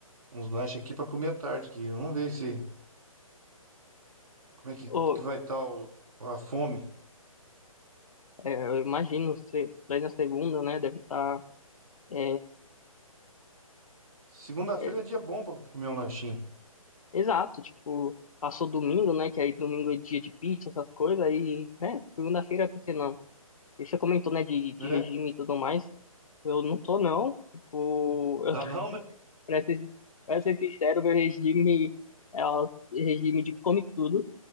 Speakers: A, on the right; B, on the left.
A: uns lanches aqui pra comer à tarde aqui. Vamos ver se. Como é que,
B: ô,
A: que vai estar a fome.
B: É, eu imagino, você daí na segunda, né, deve estar é,
A: Segunda-feira
B: é,
A: é dia bom pra comer um lanchinho.
B: exato, tipo, passou domingo, né, que aí domingo é dia de pizza, essas coisas, aí, né, segunda-feira, por que não? E você comentou, né, de, de
A: É,
B: regime e tudo mais, eu não tô, não, tipo, eu,
A: tá
B: <laughs>
A: não, né?
B: pra ser, pra ser sincero, meu regime é o regime de come tudo,